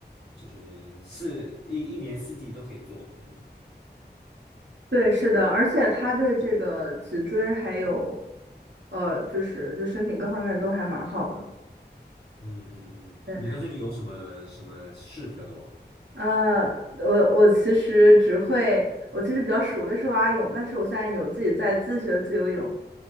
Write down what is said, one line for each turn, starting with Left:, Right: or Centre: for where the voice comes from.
Left: 就是四一一年四季都可以做。嗯
Right: 对，是的，而且它对这个脊椎还有呃，就是就身体各方面都还蛮好的。
Left: 嗯嗯嗯，
Right: 对
Left: 你都是有什么什么事比较多？
Right: 呃，我我其实只会，我其实比较熟的是蛙泳，但是我现在有自己在自学自由泳。